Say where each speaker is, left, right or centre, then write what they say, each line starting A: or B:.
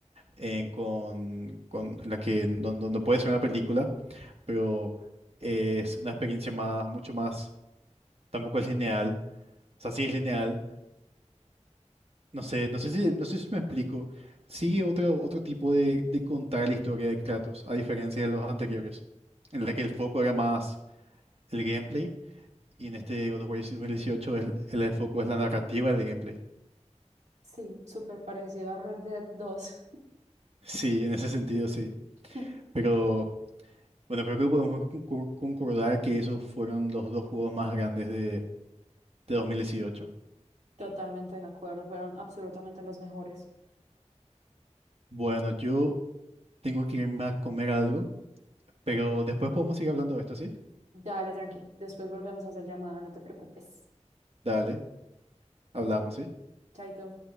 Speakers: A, on the right (about 55°); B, on the right (about 70°).
A: eh, con, con la que no, no, no puede ser una película, pero es una experiencia más, mucho más, tampoco es lineal, o sea, sí es lineal, no sé, no sé si, no sé si me explico. Sigue otro, otro tipo de, de contar la historia de Kratos, a diferencia de los anteriores, en la que el foco era más el gameplay, y en este God of War 2018 el, el el foco es la narrativa del gameplay.
B: Sí, súper parecido a Red Dead dos.
A: Sí, en ese sentido sí.
B: <laughs>
A: Pero bueno, creo que podemos con- con- concordar que esos fueron los dos juegos más grandes de, de 2018.
B: Totalmente de acuerdo, fueron absolutamente los mejores.
A: Bueno, yo tengo que irme a comer algo, pero después podemos seguir hablando de esto, ¿sí?
B: Dale, tranqui. Después volvemos a hacer llamada, no te preocupes.
A: Dale, hablamos,
B: Y
A: ¿sí?
B: chaito.